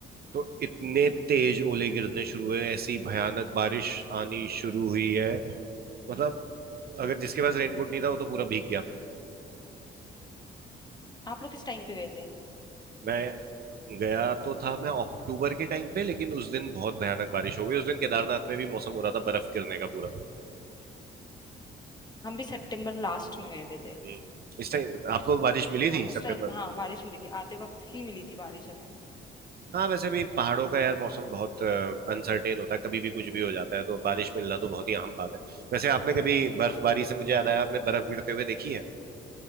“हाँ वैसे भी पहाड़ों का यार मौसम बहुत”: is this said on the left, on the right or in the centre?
Right